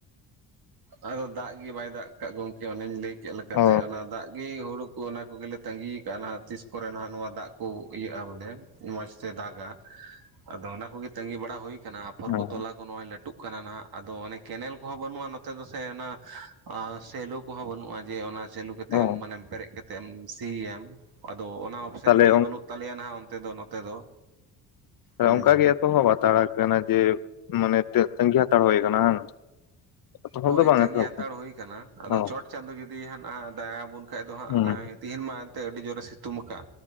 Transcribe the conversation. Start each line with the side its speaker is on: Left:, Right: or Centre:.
Right: ᱟᱫᱚ ᱫᱟᱜ ᱜᱮ ᱵᱟᱭ ᱫᱟᱜ ᱟᱠᱟᱫ ᱜᱚᱢᱠᱮ ᱚᱱᱮᱧ ᱞᱟᱹᱭ ᱠᱮᱫ ᱞᱮᱠᱟᱛᱮ
Left: ᱚ
Right: ᱚᱱᱟ ᱫᱟᱜ ᱜᱮ ᱦᱳᱲᱳ ᱚᱱᱟ ᱠᱚᱜᱮᱞᱮ ᱛᱟᱺᱜᱤ ᱠᱟᱜᱼᱟ ᱛᱤᱥ ᱠᱚᱨᱮ ᱱᱟᱦᱟᱜ ᱱᱚᱣᱟ ᱫᱟᱜ ᱠᱚ ᱤᱭᱟᱹᱜᱼᱟ ᱵᱚᱞᱮ ᱢᱚᱡᱽ ᱛᱮ ᱫᱟᱜᱟ ᱟᱫᱚ ᱚᱱᱟ ᱠᱚᱜᱮ ᱛᱟᱺᱜᱤ ᱵᱟᱲᱟ ᱦᱩᱭ ᱠᱟᱱᱟ ᱯᱷᱚᱨ
Left: ᱦᱮᱸ
Right: ᱠᱚ ᱛᱚᱞᱟ ᱠᱚ ᱱᱚᱜᱼᱚᱭ ᱞᱟᱹᱴᱩᱜ ᱠᱟᱱᱟ ᱱᱟᱦᱟᱜ ᱟᱫᱚ ᱚᱱᱮ ᱠᱮᱱᱮᱞ ᱠᱚᱦᱚᱸ ᱵᱟᱹᱱᱩᱜᱼᱟ ᱱᱚᱛᱮ ᱥᱮ ᱚᱱᱟ ᱥᱮᱞᱚ ᱠᱚᱦᱚᱸ ᱵᱟᱹᱱᱩᱜᱼᱟ ᱡᱮ ᱚᱱᱟ ᱪᱟᱹᱞᱩ ᱠᱟᱛᱮᱜ
Left: ᱚ
Right: ᱢᱟᱱᱮᱢ ᱯᱮᱨᱮᱡ ᱠᱟᱛᱮ ᱛᱮᱜ ᱮᱢ ᱥᱤᱭᱟᱢ ᱟᱫᱚ ᱚᱱᱟ ᱚᱯᱷᱥᱮᱱ
Left: ᱛᱟᱦᱚᱞᱮ
Right: ᱜᱮ ᱵᱟᱹᱱᱩᱜ ᱛᱟᱞᱮᱭᱟ ᱱᱟᱦᱟᱜ ᱚᱱᱛᱮ ᱫᱚ ᱱᱚᱛᱮ ᱫᱚ ᱦᱮᱸ
Left: ᱚᱱᱠᱟ ᱜᱮ ᱮᱛᱚᱦᱚᱵ ᱦᱟᱛᱟᱲ ᱠᱟᱱᱟ ᱡᱮ ᱢᱚᱱᱮ ᱛᱟᱹᱸᱜᱤ ᱦᱟᱛᱟᱲ ᱦᱩᱭ ᱠᱟᱱᱟᱻ ᱵᱟᱝ᱾ ᱮᱛᱚᱦᱚᱵ
Right: ᱦᱳᱭ
Left: ᱫᱚ ᱵᱟᱝ
Right: ᱛᱟᱺᱜᱤ
Left: ᱮᱛᱚᱦᱚᱵ
Right: ᱦᱟᱛᱟᱲ
Left: ᱟᱠᱟᱱᱟ
Right: ᱦᱩᱭ ᱠᱟᱱᱟ ᱟᱫᱚ
Left: ᱚ
Right: ᱪᱚᱴ ᱪᱟᱸᱫᱳ ᱡᱩᱫᱤ ᱦᱟᱜ ᱫᱟᱭᱟ ᱟᱵᱚᱱ ᱠᱷᱟᱱᱡ ᱫᱚ ᱦᱟᱸᱜ
Left: ᱦᱩᱸ
Right: ᱛᱤᱦᱤᱧ ᱢᱟ ᱮᱱᱛᱮ ᱟᱹᱰᱤ ᱡᱳᱨᱮ ᱥᱤᱛᱩᱢ ᱟᱠᱟᱫ